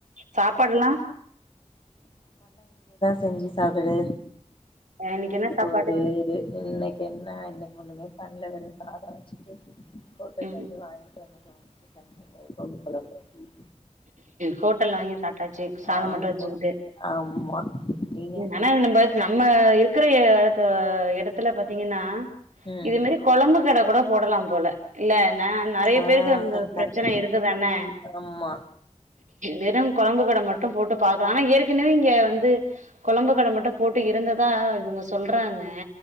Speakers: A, on the right (about 80°); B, on the left (about 40°).
A: சாப்பாட்லா
B: கஞ்சி சாப்டுட்டு
A: எனக்கு என்னா சாப்
B: போது இது இன்னைக்கு என்ன இன்னைகொன்னு எதுமே பண்ல வெறு சாத வச்சிட்டு ஹோட்டல்ல
A: ம்
B: இருந்து வாங்கிட்டு வந்தே அப்றோ கெளம்பி இங்க கோவிலுக்கு
A: ஹோட்டல்ல வாங்கி சாப்பிட்டாச்சு சாதம்
B: ஆமா
A: மட்டும் வச்சிகிட்டும்
B: ஆமா நீங்க
A: ஆனா நம்ம நம்ம இருக்கிற து இடத்துல பாத் தீங்கன்னா
B: ம்
A: இது மாரி கொழம்பு கடை கூட போடலாம் போல இல்ல என்ன நெறைய
B: ஆ
A: பேருக்கு அ
B: கரெக்ட்
A: பிரச்சனை இருக்குதானே
B: ஆமா
A: வெறும் குழம்பு கடை மட்டும் போட்டு பாக்கலாம் ஆனா ஏற்கனவே இங்க வந்து கொழம்பு கடை மட்டும் போட்டு இருந்ததா இவங்க சொல்றாங்க